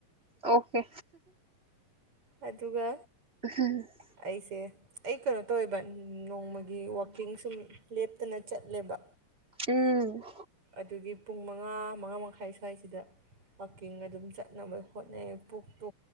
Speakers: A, on the right; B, on the right.
A: ꯑꯣꯛꯈꯦ
B: ꯑꯗꯨꯒ
A: ꯎꯝ <unintelligible>
B: ꯑꯩꯁꯦ ꯑꯩ ꯀꯩꯅꯣ ꯇꯧꯋꯦꯕ ꯅꯣꯡꯃꯒꯤ ꯋꯥꯛꯀꯤꯡ ꯁꯨꯝ ꯂꯦꯞꯇꯅ ꯆꯠꯂꯦꯕ
A: ꯎꯝ
B: ꯑꯗꯨꯒꯤ ꯄꯨꯡ ꯃꯉꯥ ꯃꯉꯥ ꯃꯈꯥꯏ ꯁ꯭ꯋꯥꯏꯁꯤꯗ ꯋꯥꯛꯀꯤꯡꯒ ꯑꯗꯨꯝ ꯆꯠꯅꯕ ꯍꯣꯠꯅꯩ ꯄꯨꯛꯇꯨ